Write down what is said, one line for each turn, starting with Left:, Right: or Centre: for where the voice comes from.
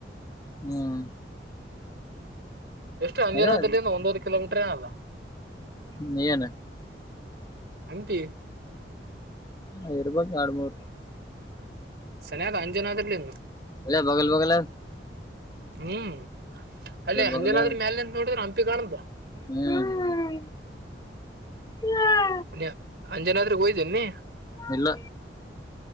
Left: ಹ್ಮ್
Right: ಎಷ್ಟು ಅಂಜನಾದಲ್ಲಿಂದ
Left: ಅದಾವ
Right: ಒಂದೂವರೆ ಕಿಲೋಮೀಟ್ರ ಏನ ಅಲ್ಲ
Left: ಇನ್ನ ಏನು
Right: ಹಂಪಿ
Left: ಐ ರೂಪಾಯಕ ಆಡು ಮೂೂರು
Right: ಸನೆಯಗ ಅಂಜನ ಅದ್ರಲಿ ಇನ್ನು
Left: ಅಲ್ಲ ಬಗಲ್ ಬಗಲ
Right: ಹ್ಮ್ ಅಲ್ಲೇ ಅಂಜನಾದ್ರಿ
Left: ಬಗಲ್
Right: ಮ್ಯಾಲೆ ನಿಂತು ನೋಡಿದ್ರ ಹಂಪಿ ಕಾಣಂತ
Left: ಹ್ಮ್ ಹ್ಮ <inaudible>
Right: ನ್ಯ ಅಂಜನಾದ್ರಿ ಹೋಗಿದಿ ಏನ್ ನೀ
Left: ಇಲ್ಲ